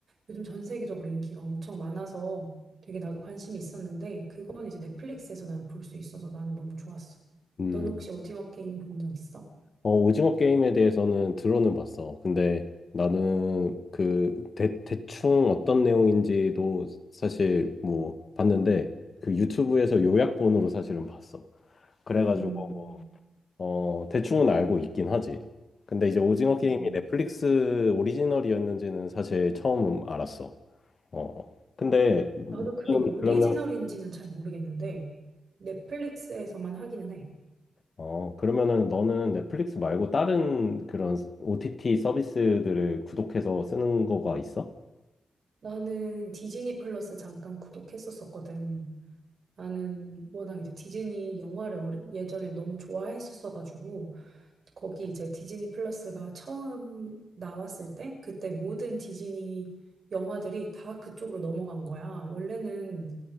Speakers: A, on the right (about 60°); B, on the left (about 50°).
A: 요즘 전 세계적으로 인기가 엄청 많아서 되게 나도 관심이 있었는데 그건 이제 넷플릭스에서 나는 볼 수 있어서 나는 너무 좋았어.
B: 음,
A: 너는 혹시 오징어 게임 본 적 있어?
B: 어, 오징어 게임에 대해서는 들어는 봤어. 근데 나는 그 대, 대충 어떤 내용인지도 사실 뭐 봤는데 그 유튜브에서 요약본으로 사실은 봤어. 그래가지고
A: 음,
B: 어, 대충은 알고 있긴 하지. 근데 이제 오징어 게임이
A: 음,
B: 넷플릭스 오리지널이었는지는 사실 처음 알았어. 어. 근데 너는
A: 나도 그게 오리지널인지는
B: 그러면
A: 잘 모르겠는데 넷플릭스에서만 하기는 해.
B: 어, 그러면은 너는 넷플릭스 말고 다른 그런 OTT 서비스들을 구독해서 쓰는 거가 있어?
A: 나는 디즈니 플러스 잠깐 구독했었었거든. 나는 워낙 이제 디즈니 영화를 어리- 예전에 너무 좋아했었어가지고 거기 이제 디즈니 플러스가 처음 나왔을 때 그때 모든 디즈니 영화들이 다 그쪽으로 넘어간 거야. 원래는